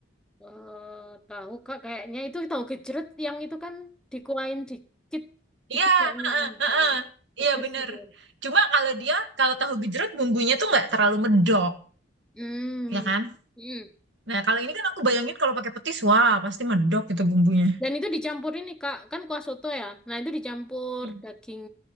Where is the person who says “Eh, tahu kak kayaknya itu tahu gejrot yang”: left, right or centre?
Centre